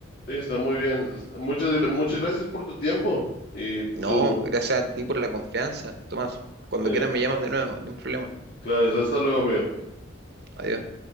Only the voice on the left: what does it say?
Sí, está muy bien. Muchas, gra- muchas gracias por tu tiempo y
tú,
eh,
claro, hasta luego, amigo.